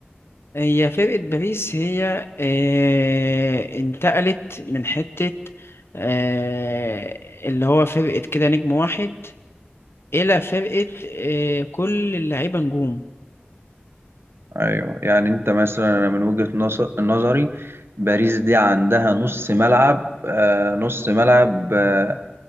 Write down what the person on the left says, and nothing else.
هي فرقة باريس هي آه، انتقلت من حتة آه، اللي هو فرقة كده نجم واحد إلى فرقة آه، كل اللعيبة نجوم